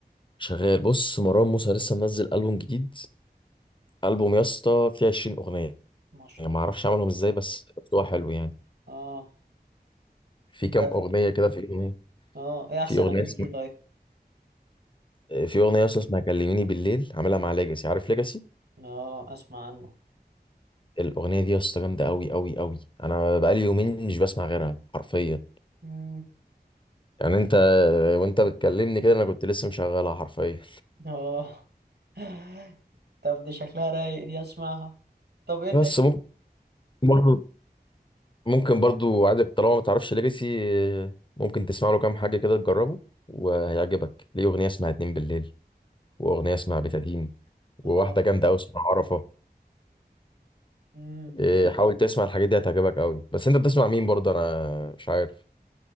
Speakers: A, on the left; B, on the right.
A: شغال بص مروان موسى لسه منزل البوم جديد البوم يا اسطى فيه 20 اغنيه
B: ما شاء
A: يعني ما
B: الله
A: اعرفش عملهم ازاي بس هو حلو يعني
B: اه
A: في كام
B: ده
A: اغنيه كده في اغنيه
B: اه ايه احسن
A: في اغنيه
B: اغانيك
A: اسمها
B: ايه طيب
A: آه، في اغنيه اصلا اسمها كلميني بالليل عاملها مع ليجاسي عارف ليجاسي
B: اه اسمع عنه
A: الاغنيه دي يا اسطى جامده قوي قوي قوي انا بقالي يومين مش بسمع غيرها حرفيا
B: مم.
A: يعني انت وانت بتكلمني كده انا كنت لسه مشغلها حرفيا
B: اه <laughs> طب دي شكلها رايق دي اسمعها طب ايه تاني
A: بس ممكن برضو ممكن برضو عادي طالما ما تعرفش ليجاسي ممكن تسمع له كام حاجه كده تجربه وهيعجبك ليه اغنيه اسمها اتنين بالليل واغنيه اسمها بتادين وواحده
B: اه
A: جامده قوي اسمها عرفه
B: امم
A: إيه، حاول تسمع الحاجات دي هتعجبك قوي بس انت بتسمع مين برضه انا مش عارف